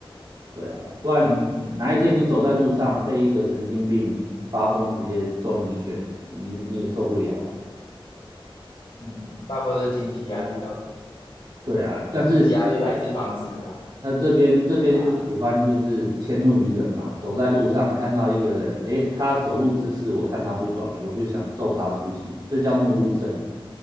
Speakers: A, on the right; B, on the left.
A: 对啊，不然哪一天你走在路上被一个神经病发疯直接揍你一拳，
B: 嗯
A: 你你也受不了啊。
B: 嗯，大部分都是经济压力造成，
A: 对啊，但是
B: 啊经济压力来自房子啊，
A: 那这边这边就喜欢就是迁怒于人嘛，
B: 对啊，
A: 走在路上看到一个人，诶，他走路姿势我看他不爽，我就想揍他出气，这叫怒路症啊。